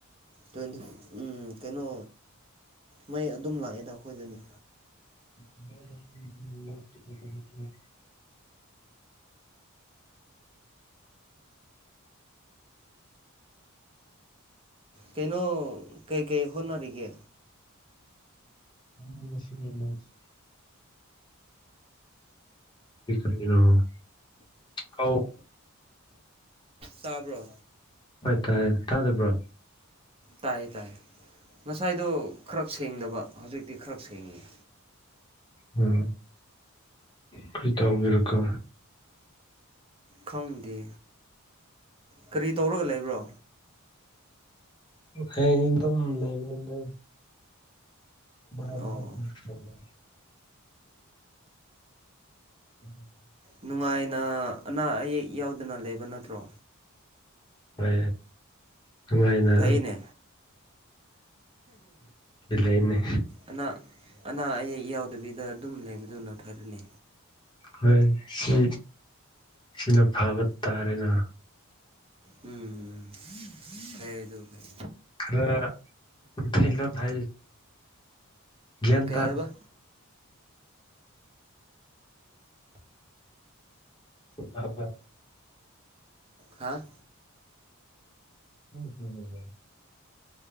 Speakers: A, on the right; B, on the left.
A: ꯇ꯭ꯋꯦꯟꯇꯤ ꯎꯝ ꯀꯩꯅꯣ ꯃꯩ ꯑꯗꯨꯝ ꯂꯥꯛꯑꯦꯗ ꯑꯩꯈꯣꯏꯗꯅꯤ
B: <unintelligible>
A: ꯀꯩꯅꯣ ꯀꯩꯀꯩ ꯍꯣꯠꯅꯔꯤꯒꯦ
B: ꯍ ꯂꯁꯤ ꯂꯁꯤ ꯔꯤꯅꯣ ꯀꯥꯎ
A: ꯇꯥꯕ꯭ꯔꯣ
B: ꯍꯣꯏ ꯇꯥꯏ ꯇꯥꯗꯕ꯭ꯔꯣ
A: ꯇꯥꯏꯌꯦ ꯇꯥꯏ ꯉꯁꯥꯏꯗꯣ ꯈꯔ ꯁꯦꯡꯗꯕ ꯍꯧꯖꯤꯛꯇꯤ ꯈꯔ ꯁꯦꯡꯉꯦ
B: ꯎꯝ ꯀꯔꯤ ꯇꯥꯎꯕꯤꯔꯀꯣ
A: ꯈꯪꯗꯦ ꯀꯔꯤ ꯇꯧꯔꯒ ꯂꯩꯕ꯭ꯔꯣ
B: ꯍꯗꯝ ꯂꯩꯕꯅꯦ ꯂꯩꯔꯔ
A: ꯑꯣ
B: ꯐꯂꯦ ꯑꯗꯨꯗ
A: ꯅꯨꯡꯉꯥꯏꯅ ꯑꯅꯥ ꯑꯌꯦꯛ ꯌꯥꯎꯗꯅ ꯂꯩꯕ ꯅꯠꯇ꯭ꯔꯣ
B: ꯍ ꯅꯨꯡꯉꯥꯏꯅ
A: ꯐꯩꯅꯦ
B: ꯂꯩꯅꯦ
A: ꯑꯅꯥ ꯑꯅꯥ ꯑꯌꯦꯛ ꯌꯥꯎꯗꯕꯤꯗ ꯑꯗꯨꯝ ꯂꯩꯕꯗꯨꯅ ꯐꯔꯅꯤ
B: ꯍꯣꯏ ꯁꯤ ꯁꯤꯅ ꯐꯕ ꯇꯥꯔꯦꯅ
A: ꯎꯝ ꯐꯩꯦ ꯑꯗꯨ ꯐꯩ
B: ꯈꯔ ꯊꯂꯣ ꯊ ꯒ꯭ꯟ
A: ꯀꯩ
B: ꯇꯥ
A: ꯍꯥꯏꯕ
B: ꯇ
A: ꯍꯥꯥ
B: ꯍ ꯇ ꯑꯗꯨ ꯑꯗꯨꯦ